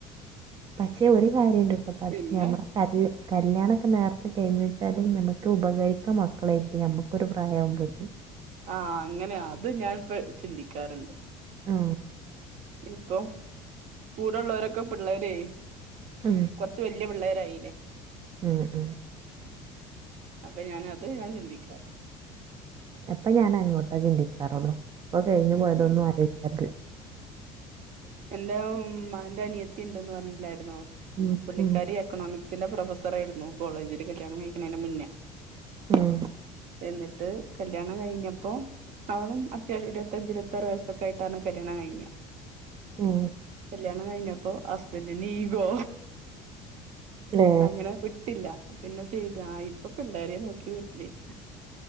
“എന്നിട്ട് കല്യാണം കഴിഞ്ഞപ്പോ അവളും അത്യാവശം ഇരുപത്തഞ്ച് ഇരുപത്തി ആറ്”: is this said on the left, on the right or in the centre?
Right